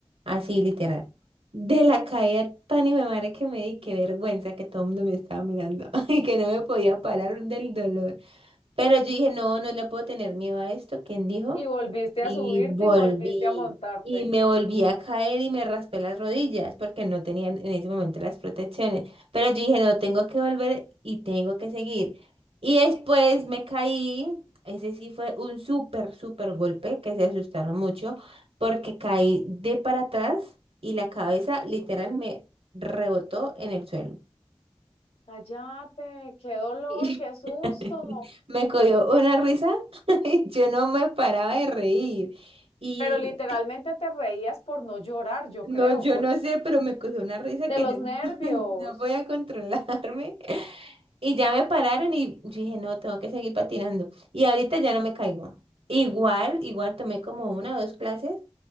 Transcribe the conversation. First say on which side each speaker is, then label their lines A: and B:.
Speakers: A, on the right; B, on the left.
A: Así, literal. De la caída tan y me madre que me di, qué vergüenza que todo el mundo me estaba mirando <laughs> y que no me podía parar del dolor. Pero yo dije, no, no le puedo tener miedo a esto. ¿Quién dijo?
B: Y volviste
A: Y
B: a subirte
A: volví,
B: y volviste a montarte.
A: y me volví a caer y me raspé las rodillas porque no tenían en ese momento las protecciones. Pero yo dije, no, tengo que volver y tengo que seguir. Y después me caí, ese sí fue un súper, súper golpe que se asustaron mucho porque caí de para atrás y la cabeza literal me rebotó en el suelo.
B: Cállate, qué dolor,
A: Y
B: qué susto.
A: <laughs> me cogió una risa <laughs> y yo no me paraba de reír. Y
B: Pero literalmente te reías por no llorar, yo
A: No,
B: creo,
A: yo
B: porque
A: no sé, pero me cogió una risa
B: de
A: que
B: los
A: yo
B: nervios.
A: no, <laughs> no podía controlarme. <laughs> Y ya me pararon y yo dije, no, tengo que seguir patinando. Y ahorita ya no me caigo. Igual, igual tomé como una o dos clases.